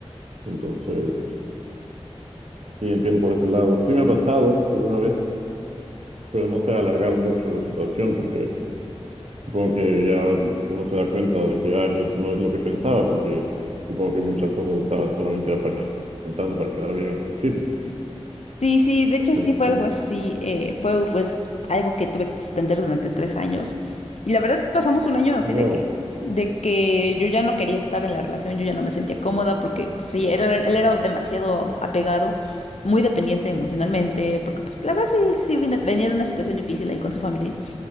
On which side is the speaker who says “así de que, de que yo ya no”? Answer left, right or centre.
Left